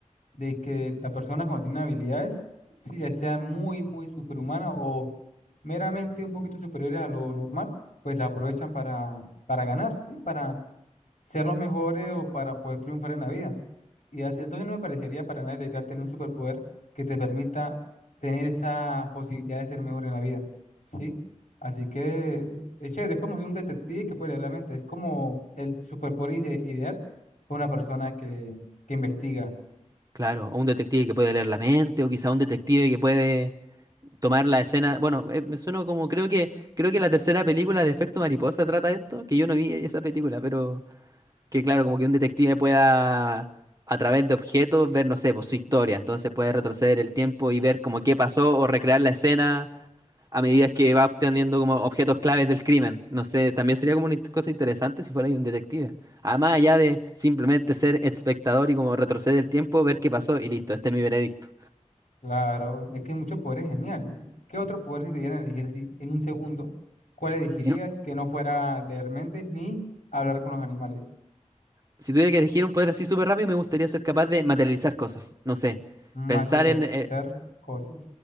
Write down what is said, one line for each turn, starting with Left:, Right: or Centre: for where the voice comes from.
Left: de que la persona cuando tiene habilidades, sí, ya sea muy, muy superhumana o meramente un poquito superiores a lo normal, pues la aprovechan para, para ganar, ¿sí? ser los mejores o para poder triunfar en la vida. Y así- entonces no me parecería para nada ilegal tener un superpoder que te permita tener esa posibilidad de ser mejor en la vida, ¿sí? Así que es chévere, es como si un detective que puede leer la mente, es como el superpoder ide- ideal para una persona que, que investiga.
Right: Claro, o un detective que puede leer la mente, o quizá un detective que puede tomar la escena. Bueno, eh, me suena como creo que creo que la tercera película de Efecto Mariposa trata esto, que yo no vi esa película, pero que claro, como que un detective pueda a través de objetos ver, no sé, pues su historia. Entonces puede retroceder el tiempo y ver como qué pasó o recrear la escena a medida que va obteniendo como objetos claves del crimen. No sé, también sería como una int- cosa interesante si fuera ahí un detective. Además allá de simplemente ser espectador y como retroceder el tiempo, ver qué pasó y listo, este es mi veredicto.
Left: Claro, es que hay muchos poderes geniales. ¿Qué otro poder si te dieran a elegir así en un segundo? ¿Cuál elegirías
Right: Y no-
Left: que no fuera leer mentes ni hablar con los animales?
Right: si tuviera que elegir un poder así súper rápido, me gustaría ser capaz de materializar cosas. No sé,
Left: Materializar
Right: pensar en... eh,
Left: cosas.